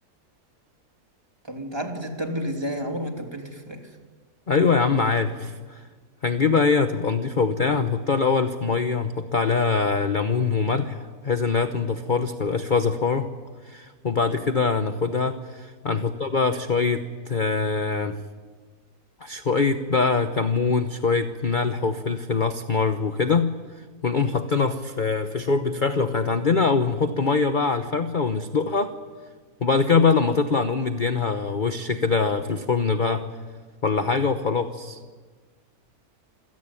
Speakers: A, on the right; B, on the left.
A: طب انت عارف بتتبل ازاي انا عمري ما اتبلت الفراخ
B: ايوه يا عم عارف هنجيبها هي هتبقى نضيفة وبتاع هنحطها الاول في مية هنحط عليها ليمون وملح بحيث ان هي تنضف خالص ميبقاش فيها زفارة وبعد كده ناخدها هنحطها بقى في شوية آه، شوية بقى كمون شوية ملح وفلفل أسمر وكده ونقوم حاطينها في في شوربة فراخ لو كانت عندنا أو نحط مية بقى على الفرخة ونسلقها وبعد كده بقى لما تطلع نقوم مدينها وش كده في الفرن بقى ولا حاجة وخلاص